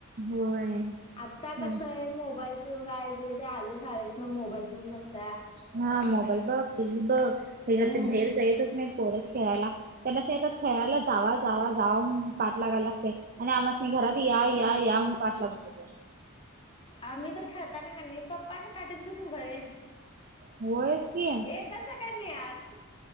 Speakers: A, on the right; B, on the left.
A: होय
B: आता
A: छान
B: कस आहे मोबाईल च युगाय जे ते आलं शाळेस न मोबाईल घेऊन बसलं.
A: हा मोबाईल बघ. टी व्ही बघ. हेच्यात
B: हम्म
A: ते बाहेर जाईतच नाहीत. पोर खेळायला त्यांनासनी आता खेळायला जावा - जावा -जावा म्हणून पाठ लागाय लागतय आणि आमासनी घरात या -या - म्हणून पाठ लागत होत.
B: आम्ही तर खाताना का नाही पप्पा असं काटीच घेऊन उभ आहे
A: होयच की
B: येतासा का नाही आत.